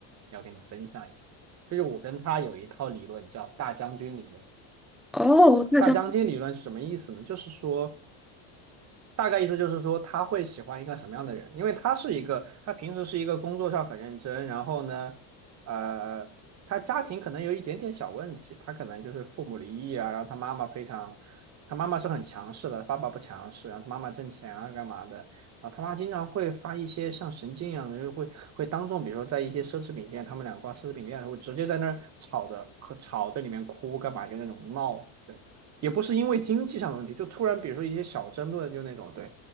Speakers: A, on the right; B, in the centre.
A: 要跟你分享一下，就是我跟他有一套理论叫大将军理论。
B: 哦，那这样，
A: 大将军理论是什么意思呢？就是说，大概意思就是说，他会喜欢一个什么样的人？因为他是一个，他平时是一个工作上很认真，然后呢，呃，他家庭可能有一点点小问题，他可能就是父母离异啊，然后他妈妈非常，他妈妈是很强势的，爸爸不强势，然后他妈妈挣钱啊，干嘛的？啊，他妈经常会发一些像神经一样的，就会会当众，比如说在一些奢侈品店，他们俩逛奢侈品店的时候，直接在那儿吵着和吵在里面哭干嘛，就那种闹。对也不是因为经济上的问题，就突然比如说一些小争论，就那种对，